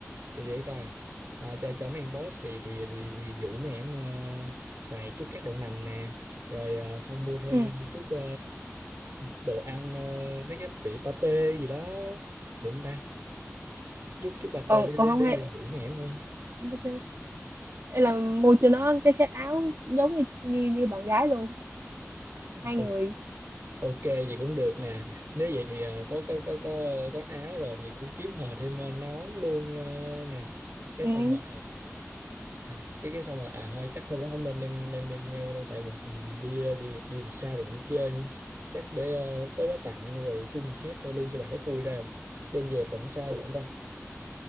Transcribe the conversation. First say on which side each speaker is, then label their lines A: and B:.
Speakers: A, on the right (about 55°); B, on the right (about 70°).
A: để để coi à, cho cho mấy em boss thì thì thì thì dụ mấy em ờ, xài chút các đậu nành nè rồi ờ, xong mua thêm
B: ừ
A: chút ờ, đồ ăn ờ, mấy cái vị pate gì đó thử không ta chút chút pate
B: còn
A: để
B: còn
A: để
B: không
A: để,
B: hay
A: để dụ mấy em thôi
B: BT Ê là mua cho nó cái set áo giống như như, như bạn gái luôn hai
A: Ok.
B: người
A: Ok vậy cũng được nè. Nếu vậy thì ờ, có có có có có áo rồi thì cũng kiếm hờ thêm ờ, nón luôn ờ, nè. Cái
B: ừ
A: xong rồi ờ, cái cái xong rồi à thôi chắc hôm đó không nên đem đem đem theo đâu tại mình mình đi ờ, đi đi đường xa đường đi chơi nữa. Chắc để ờ, tới đó tặng rồi chung set luôn luôn cho bạn nó khui ra đem về bận sao được không ta?